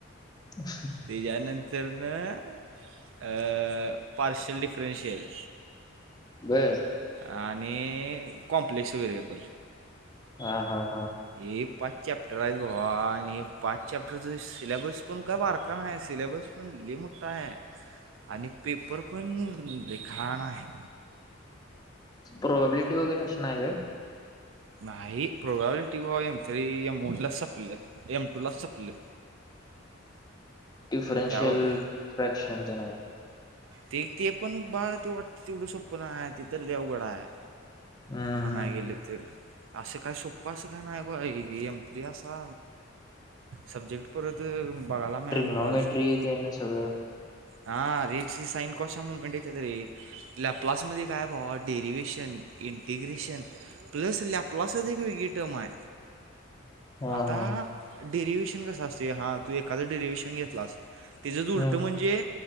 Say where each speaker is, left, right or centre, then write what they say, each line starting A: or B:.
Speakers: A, on the left (about 20°); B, on the right (about 75°).
A: <inaudible>
B: त्याच्या नंतर ना अ पार्शल डिफरन्शियल
A: बरं.
B: आणि कॉम्प्लेक्स वेहेरिएबल
A: आ, हा, हा.
B: हे पाच चॅप्टर आहेत भावा आणि हे पाच चॅप्टरचं सिलेबस पण काय बारका नाही आहे सिलेबस पण लय मोठा आहे.
A: ह <inaudible>
B: आणि पेपर पण लिखणार आहे.
A: प्रॉबेबिलिटी वगैरे अशीं नाही काय?
B: नाही प्रोबाबिलिटी भा एम थ्री एम वनलाच सपले, एम टूलाच सपले.
A: डिफरेन्शियल,
B: यावर
A: फ्रॅक्शन ते नाही.
B: ते ते पण बाळ ते वाटतय तेवड सोप्पनाय ति तर अवगडाय
A: हम्म
B: मनाय
A: हम्म
B: गेल तर असं काय सोप्पं असं का नाही बाइ एमथ्री असा सब्जेक्ट परत बगायला मिळायला
A: ट्रिग्नॉमेट्री
B: नको आयुष्यात
A: ते ना सगळं
B: हा रेट सी साईन काॅस्ट च्या मुमेंट येत्यात रे लॅप क्लास मदे काय भावा derivation integration plus Laplace च एक वेगवेगळी टमाय
A: हा
B: आता
A: हा
B: डेरिवहेशन कसं असतय हां तू एखादं डरिवएशन घेतलास. तिजच उलटं
A: हम्म
B: म्हणजे